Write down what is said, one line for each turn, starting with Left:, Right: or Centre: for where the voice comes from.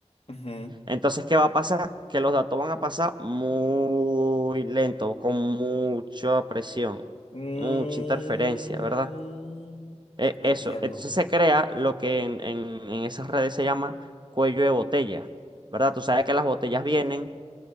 Left: Ujú.
Right: Entonces, ¿qué va a pasar? Que los datos van a pasar muy lento, con mucha presión,
Left: Mm,
Right: mucha interferencia, ¿verdad? Eh,
Left: entiendo.
Right: eso, entonces se crea lo que en, en- en esas redes se llama cuello de botella, ¿verdad? Tú sabes que las botellas vienen